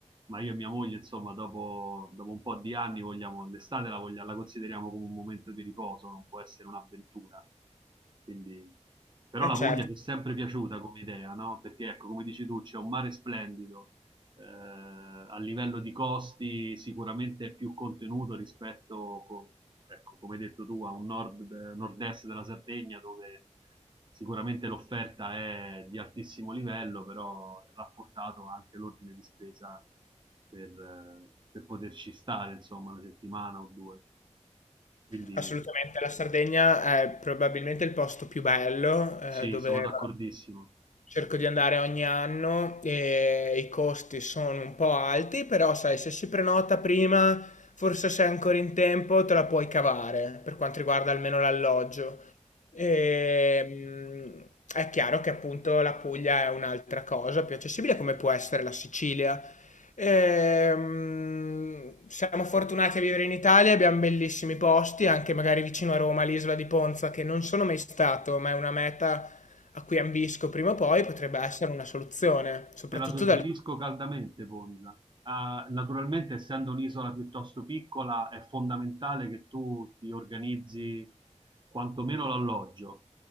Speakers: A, on the right; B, on the left.
A: Ma io e mia moglie, insomma, dopo, dopo un po' di anni vogliamo, l'estate la, voglia- la consideriamo come un momento di riposo, non può essere un'avventura. Quindi, però
B: eh
A: la
B: certo.
A: Puglia ci è sempre piaciuta come idea, no? Perché ecco, come dici tu, c'è un mare splendido, eh, a livello di costi sicuramente è più contenuto rispetto, co- ecco, come hai detto tu, a un nord, nord-est della Sardegna dove sicuramente l'offerta è di altissimo livello, però è rapportato anche l'ordine di spesa per, eh, per poterci stare, insomma, una settimana o due. Quindi
B: Assolutamente, la Sardegna è probabilmente il posto più bello, ehm,
A: sì,
B: dove
A: sono d'accordissimo.
B: cerco di andare ogni anno e i costi sono un po' alti, però sai se si prenota prima, forse se è ancora in tempo te la puoi cavare, per quanto riguarda almeno l'alloggio. Ehm, è chiaro che appunto la Puglia è un'altra cosa, più accessibile come può essere la Sicilia. Ehm, siamo fortunati a vivere in Italia, abbiamo bellissimi posti, anche magari vicino a Roma, l'isola di Ponza, che non sono mai stato, ma è una meta a cui ambisco prima o poi, potrebbe essere una soluzione, soprattutto
A: Te la suggerisco
B: dal...
A: caldamente, Ponza. Ah, naturalmente, essendo un'isola piuttosto piccola, è fondamentale che tu ti organizzi quantomeno l'alloggio.